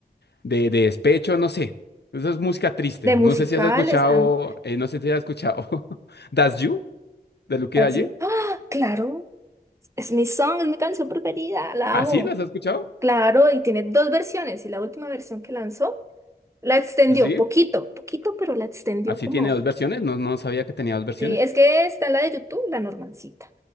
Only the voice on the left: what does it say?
de, de despecho, no sé. Eso es música triste.
No sé si has escuchado,
eh, no sé si has escuchado <laughs> Das You de Luke
Dalle.
¿Así
las has escuchado?
Así,
así
tiene dos versiones. No, no sabía que tenía dos versiones.